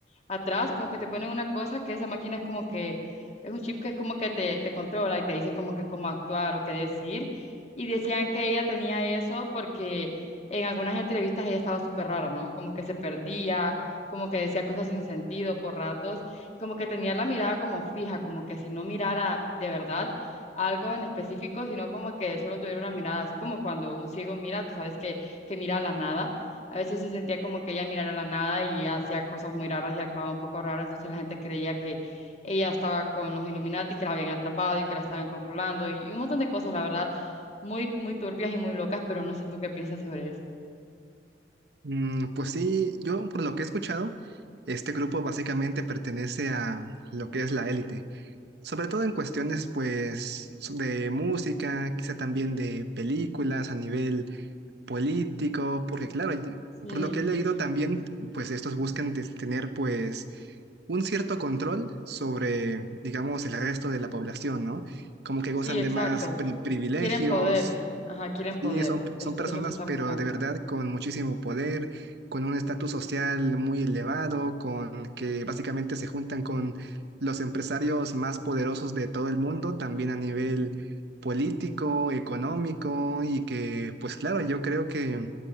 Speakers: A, on the left (about 35°); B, on the right (about 65°).
A: atrás como que te ponen una cosa que esa máquina es como que, es un chip que es como que te, te controla y te dice como que cómo actuar o qué decir. Y decían que ella tenía eso porque en algunas entrevistas ella estaba súper rara, ¿no? Como que se perdía, como que decía cosas sin sentido por ratos y como que tenía la mirada como fija, como que si no mirara de verdad algo en específico, sino como que solo tuviera una mirada, así como cuando un ciego mira, tú sabes que, que mira a la nada. A veces se sentía como que ella mirara a la nada y hacía cosas muy raras y actuaba un poco raro, entonces la gente creía que ella estaba con los Illuminati, que la habían atrapado y que la estaban controlando y un montón de cosas, la verdad, muy, muy turbias y muy locas, pero no sé tú qué piensas sobre eso.
B: Mm, pues sí, yo por lo que he escuchado, este grupo básicamente pertenece a lo que es la élite. Sobre todo en cuestiones, pues, de música, quizá también de películas a nivel político, porque claro, y-
A: Sí,
B: por lo que he leído también, pues estos buscan des- tener, pues, un cierto control sobre, digamos, el resto de la población, ¿no? Como que
A: sí,
B: gozan
A: exacto.
B: de más pri- privilegios
A: Quieren poder, ajá, quieren poder,
B: Sí, son,
A: esto
B: son personas,
A: es lo que están
B: pero
A: buscando.
B: de verdad con muchísimo poder, con un estatus social muy elevado, con que básicamente se juntan con los empresarios más poderosos de todo el mundo, también a nivel político, económico, y que, pues claro, yo creo que